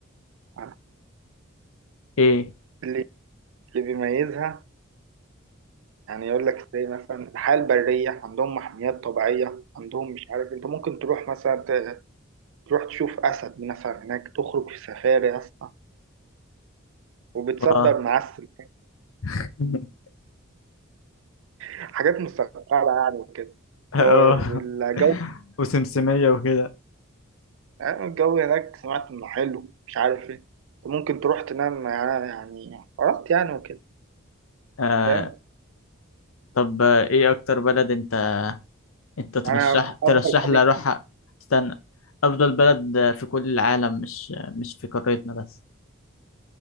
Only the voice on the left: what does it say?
ايه
اه
<laughs>
اه
وسمسمية وكده
آه
طب ايه اكتر بلد انت انت ترشح
ترشح
لي اروحها استنى افضل بلد في كل العالم مش مش في قارتنا بس